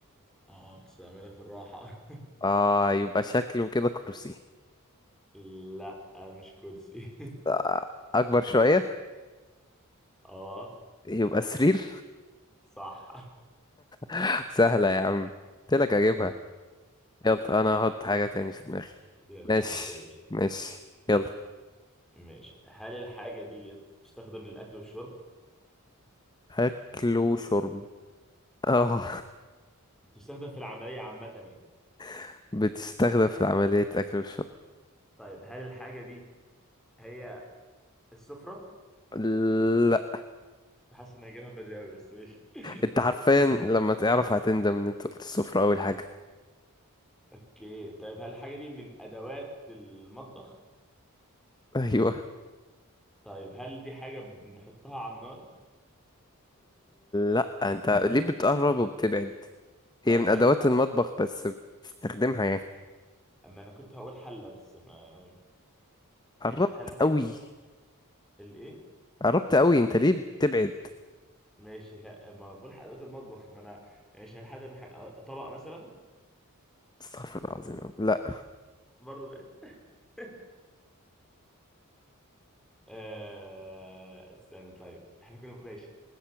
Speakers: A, in the centre; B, on the left.
A: اه بتستعملها في الراحة
B: آه يبقى شكله كده كرسي
A: <laughs> لا مش كرسي
B: آه، أكبر شوية
A: <laughs> اه
B: يبقى سرير
A: صح <laughs>
B: <laughs> سهلة يا عم قلتلك أجيبها يلا أنا هحط حاجة تاني في دماغي
A: يلا
B: ماشي
A: حط يا باشا
B: ماشي يلا
A: ماشي هل الحاجة دي بتستخدم للأكل والشرب؟
B: أكل وشرب آه
A: بتستخدم في العملية عامة يعني
B: <laughs> بتستخدم في عملية أكل
A: طيب هل الحاجة دي هي السفرة؟
B: والشرب
A: كنت حاسس إنها جايبها بدري أوي بس ماشي <laughs>
B: انت حرفيا لما تعرف هتندم ان انت قلت الصفر اول حاجة
A: اوكي طيب هل الحاجة دي من أدوات المطبخ؟
B: ايوه
A: طيب هل دي حاجة بنحطها على النار؟
B: لا انت ليه بتقرب وبتبعد
A: طيب
B: هي من
A: هل
B: ادوات
A: الحاجة
B: المطبخ بس بتستخدمها يعني
A: أما أنا كنت هقول حلة بس ما ماشي
B: قربت
A: هل الحاجة
B: قوي
A: دي الايه
B: قربت قوي انت ليه بتبعد
A: ماشي ها- ما بلحق ادوات المطبخ ما انا ماشي هل من حاجة- طبق مثلا
B: استغفر الله العظيم يا رب. لا
A: برضه غالي <laughs> آه... استنى طيب احنا كنا ماشي